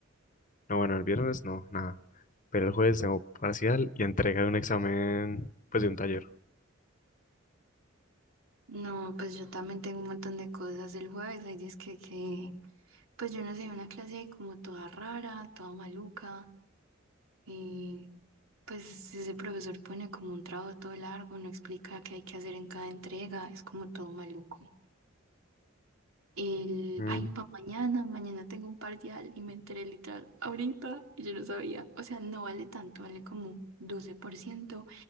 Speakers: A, on the left; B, on the right.
A: No, bueno, el viernes no, nada. Pero el jueves tengo parcial y entrega de un examen, pues de un taller.
B: No, pues yo también tengo un montón de cosas. El jueves hay disque que, pues yo no sé, una clase ahí como toda rara, toda maluca. Y pues ese profesor pone como un trabajo todo largo, no explica qué hay que hacer en cada entrega, es como todo maluco. El,
A: Mm,
B: ay, pa' mañana, mañana tengo un parcial y me enteré literal ahorita y yo no sabía. O sea, no vale tanto, vale como 12%,